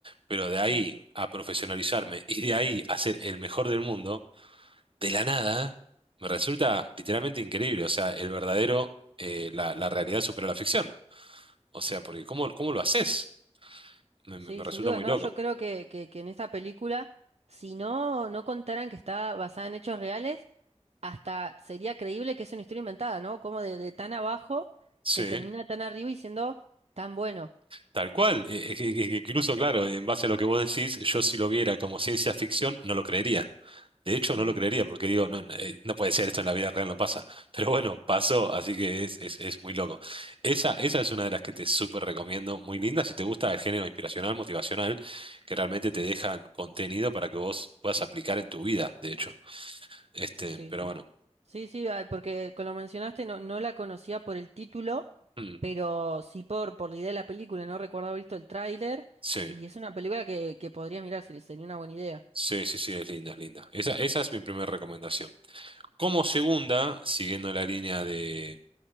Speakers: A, on the right; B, on the right.
A: pero de ahí
B: Ujú.
A: a profesionalizarme y de ahí a ser el mejor del mundo, de la nada, me resulta literalmente increíble. O sea, el verdadero, eh, la, la realidad supera la ficción. O sea, porque ¿cómo, cómo lo haces? me me-
B: Sí,
A: me resulta
B: sin dudas,
A: muy
B: ¿no?
A: loco.
B: Yo creo que, que, que en esta película, si no, no contaran que está basada en hechos reales, hasta sería creíble que es una historia inventada, ¿no? Como de, de tan abajo
A: Sí.
B: se termina tan arriba y siendo tan bueno.
A: Tal cual, eh, eh, que- que- que incluso, claro, en base a lo que vos decís, yo si lo viera como ciencia ficción, no lo creería. De hecho,
B: Ujú.
A: no lo creería porque digo, no, no, eh, no puede ser, esto en la vida real no pasa. Pero bueno, pasó, así que es, es, es muy loco. Esa, esa es una de las que te súper recomiendo, muy linda, si te gusta el género inspiracional, motivacional, que realmente te dejan contenido para que vos puedas aplicar en tu vida, de hecho. Este,
B: Sí,
A: pero
B: sí.
A: bueno,
B: Sí, sí, ah, porque como lo mencionaste, no, no la conocía por el título,
A: mm,
B: pero sí por, por la idea de la película. No recuerdo haber visto el tráiler
A: sí,
B: y es una película que, que podría mirar, sería sería una buena idea.
A: sí, sí, sí, es linda, es linda. Esa, esa es mi primera recomendación. Como segunda, siguiendo la línea de